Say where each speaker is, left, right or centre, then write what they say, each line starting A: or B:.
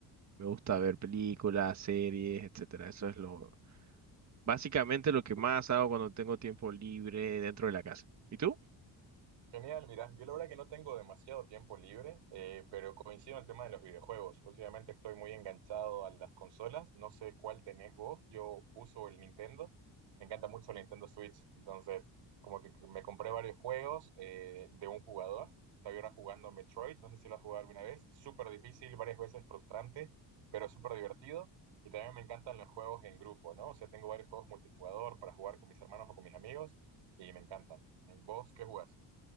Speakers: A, on the right (about 40°); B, on the right (about 85°).
A: Me gusta ver películas, series, etcétera. Eso es lo básicamente lo que más hago cuando tengo tiempo libre dentro de la casa. ¿Y tú?
B: Genial, mira, yo la verdad que no tengo demasiado tiempo libre, eh, pero coincido en el tema de los videojuegos. Últimamente estoy muy enganchado a las consolas, no sé cuál tenés vos, yo uso el Nintendo, me encanta mucho el Nintendo Switch, entonces como que me compré varios juegos eh, de un jugador, estaba ahora jugando Metroid, no sé si lo has jugado alguna vez, súper difícil, varias veces frustrante, pero súper divertido, y también me encantan los juegos en grupo, ¿no? O sea, tengo varios juegos multijugador para jugar con mis hermanos o con mis amigos, y me encantan. ¿Vos qué jugás?